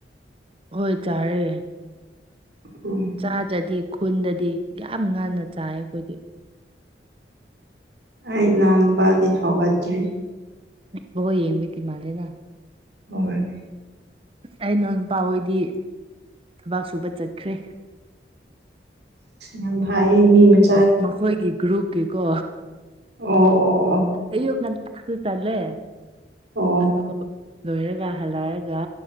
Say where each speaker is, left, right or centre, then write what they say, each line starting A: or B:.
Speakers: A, on the right; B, on the right.
A: ꯍꯣꯏ ꯆꯥꯔꯦ
B: ꯎꯝ
A: ꯆꯥꯗ꯭ꯔꯗꯤ ꯈꯨꯟꯗꯗꯤ ꯌꯥꯝ ꯉꯟꯅ ꯆꯥꯏ ꯑꯩꯈꯣꯏꯗꯤ
B: ꯑꯩ ꯏꯅꯥꯎ ꯅꯨꯨꯄꯥꯗꯤ ꯍꯧꯒꯠꯇ꯭ꯔꯤ
A: ꯕꯣꯜ ꯌꯦꯡꯕꯒꯤ ꯃꯥꯜꯂꯦꯅ
B: ꯍꯣꯏ
A: ꯑꯩ ꯏꯅꯥꯎ ꯅꯨꯄꯥ ꯍꯣꯏꯗꯤ ꯊꯕꯛ ꯁꯨꯕ ꯆꯠꯈ꯭ꯔꯦ
B: ꯌꯥꯝ ꯐꯩꯌꯦ ꯃꯤ ꯃꯠ
A: ꯑ ꯃꯈꯣꯏꯒꯤ ꯒ꯭ꯔꯨꯞꯀꯤꯀꯣ
B: ꯑꯣ ꯑꯣ ꯑꯣ ꯑꯣ
A: ꯑꯌꯨꯛ ꯉꯟꯇꯥꯁꯨ ꯆꯠꯂꯦ
B: ꯑꯣ
A: ꯑꯗꯣ ꯂꯣꯏꯔꯒ ꯍꯜꯂꯛꯑꯒ